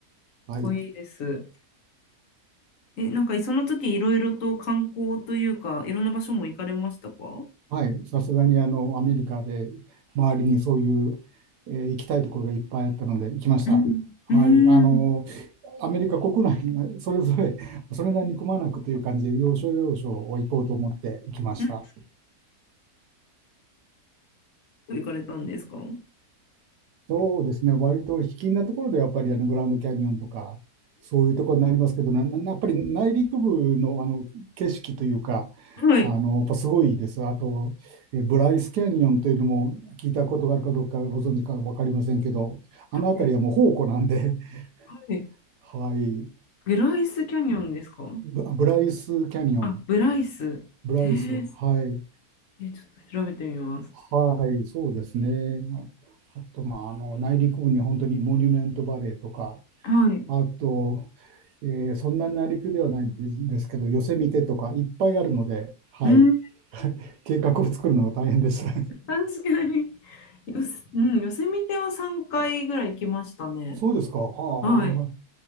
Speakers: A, on the right; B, on the left.
A: はい。
B: こいいです。え、なんかその時いろいろと観光というか、いろんな場所も行かれましたか
A: はい。さすがに、あの、アメリカで周りにそういう、えー行きたいところがいっぱいあったので、行きました。
B: うん。
A: はい。
B: うん。
A: あの、アメリカ国内がそれぞれ、それなりにくまなくという感じで、要所要所を行こうと思って行きました。
B: うん行かれたんですかうん
A: そうですね、割と卑近なところでやっぱりあのグランドキャニオンとか、そういうところになりますけど、な、なやっぱり内陸部の、あの景色というか、
B: はい。
A: あのやっぱすごいです。あと、えブライスキャニオンというのも聞いたことがあるかどうかご存知か分かりませんけど、あの辺りはもう宝庫なんで、
B: はい。
A: <laughs> はい、
B: グライスキャニオンですか
A: ブブライスキャニオン、
B: あ、ブライス。
A: ブライス、
B: へえ。
A: はい、
B: え、ちょっと調べてみます。
A: はい、そうですね。ああと、まあ、あの内陸部に本当にモニュメントバレーとか、
B: はい。
A: あと、えーそんなにりくではないんですけど、ヨセみてとかいっぱいあるので、はい。
B: うん
A: <laughs> 計画を作るのが大変でした。
B: 確かに。よせ、うん、ヨセミテは3回ぐらい行きましたね。
A: <laughs> そうですか。はあ、
B: はい。